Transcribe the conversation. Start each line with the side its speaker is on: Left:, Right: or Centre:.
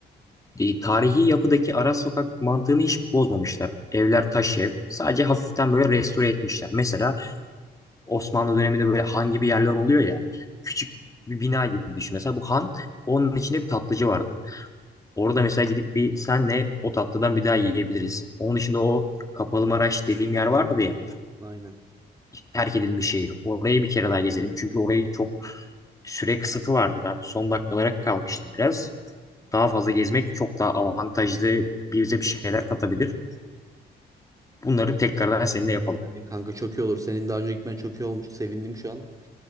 Left: E, tarihi yapıdaki ara sokak mantığını hiç bozmamışlar. Evler taş ev. Sadece hafiften böyle restore etmişler. Mesela Osmanlı döneminde böyle han gibi yerler oluyor ya. Küçük bir bina gibi düşün. Mesela bu han onun içinde bir tatlıcı vardı. Orada mesela gidip bir senle o tatlıdan bir daha yiyebiliriz. Onun dışında o Kapalı Maraş dediğim yer vardı ya.
Right: Aynen.
Left: Terk edilmiş şehir. Orayı bir kere daha gezelim. Çünkü orayı çok süre kısıtı vardı. Ben son dakikalara kalmıştım biraz. Daha fazla gezmek çok daha avantajlı bize bir şeyler katabilir. Bunları tekrardan seninle yapalım.
Right: Hani kanka çok iyi olur. Senin daha önce gitmen çok iyi olmuş. Sevindim şu an.